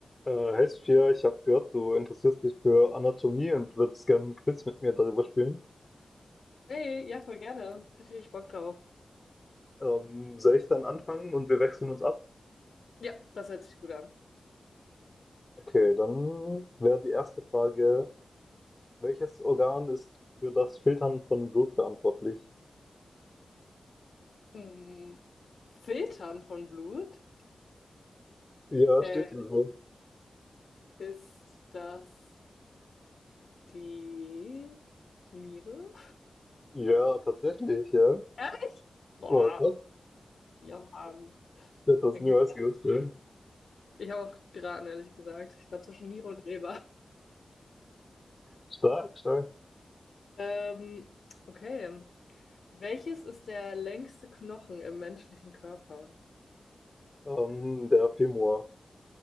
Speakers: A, on the left; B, on the left.
A: Äh, hey Sophia, ich habe gehört, du interessierst dich für Anatomie und würdest gerne ein Quiz mit mir darüber spielen.
B: Hey, ja, voll gerne. Hatte ich richtig Bock drauf.
A: Ähm, soll ich dann anfangen und wir wechseln uns ab?
B: Ja, das hört sich gut an.
A: Okay, dann wäre die erste Frage, welches Organ ist für das Filtern von Blut verantwortlich?
B: Mm, Filtern von Blut
A: Ja,
B: äh,
A: steht hier so.
B: ist das die Niere?
A: Ja, tatsächlich, ja.
B: Ehrlich? Boah,
A: Oh, krass.
B: ja, Mann.
A: Ich hätte das
B: Bin
A: niemals
B: gut.
A: gewusst. Ja.
B: Ich habe auch geraten, ehrlich gesagt. Ich war zwischen Niere und Leber.
A: Stark, stark.
B: Ähm, okay. Welches ist der längste Knochen im menschlichen Körper?
A: Ähm, der Femur.